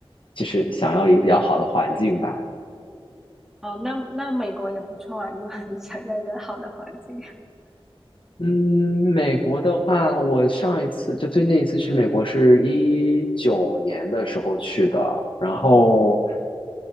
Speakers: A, on the left (about 60°); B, in the centre.
A: 就是想要一个比较好的环境吧。
B: 哦，那那美国也不错啊，如果 <laughs> 你想要一个好的环境，
A: 嗯，美国的话，我上一次就最近一次去美国是一九年的时候去的，然后
B: <laughs> 嗯，